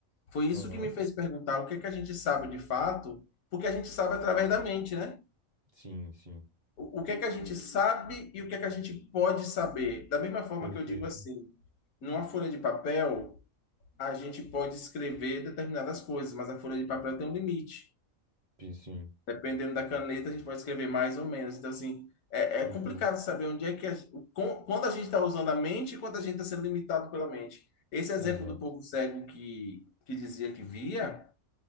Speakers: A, on the left (about 85°); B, on the right (about 40°).
A: foi isso
B: Aham.
A: que me fez perguntar o que é que a gente sabe de fato, porque a gente sabe através da mente, né?
B: Sim, sim.
A: o que é que a gente sabe e o que é que a gente pode saber. Da mesma forma
B: Perfeito.
A: que eu digo assim, numa folha de papel, a gente pode escrever determinadas coisas, mas a folha de papel tem um limite.
B: sim Sim,
A: Dependendo da caneta, a gente pode escrever mais ou menos. Então, assim, é,
B: perfeito.
A: é complicado saber onde é que a, com- quando a gente está usando a mente e quando a gente está sendo limitado pela mente. Esse exemplo
B: Exato.
A: do povo cego que, que dizia que via